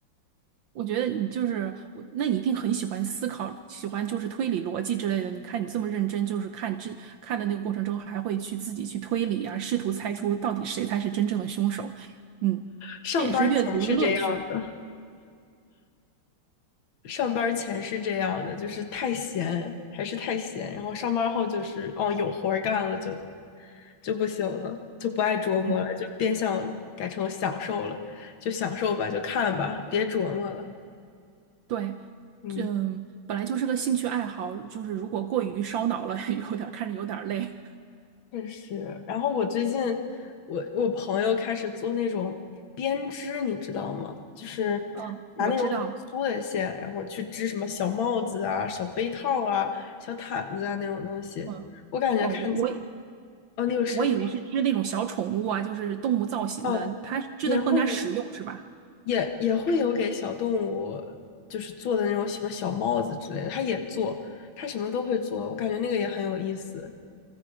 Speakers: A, on the right; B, on the left.
A: 我觉得你就是我，那你一定很喜欢思考，喜欢就是推理逻辑之类的。你看你这么认真，就是看这看的那个过程中，还会去自己去推理啊，试图猜出到底谁才是真正的凶手。嗯，
B: 上班儿前是这样的，
A: 这也是阅读的乐趣。
B: 上班儿前是这样的，就是太闲还是太闲，然后上班儿后就是哦有活儿干了就就不行了，就不爱琢磨了，
A: 嗯。
B: 就变相改成享受了，就享受吧，就看吧，别琢磨了。
A: 对，
B: 嗯。
A: 嗯，本来就是个兴趣爱好，就是如果过于烧脑了，<laughs> 有点儿看着有点儿累。
B: 确实，然后我最近，我我朋友开始做那种编织，你知道吗？就是
A: 嗯，
B: 拿那种很粗的线，
A: 我知道。
B: 然后去织什么小帽子啊、小杯套啊、小毯子啊那种东西。
A: 嗯，
B: 我感觉看起，
A: 哦，我我以
B: 哦，你有试过？
A: 我以为是织那种小宠物啊，就是动物造型的，
B: 哦，
A: 它是织的更加实用，
B: 也会有，
A: 是吧？
B: 也也会有给小动物，就是做的那种什么小帽子之类的，他也做，他什么都会做，我感觉那个也很有意思。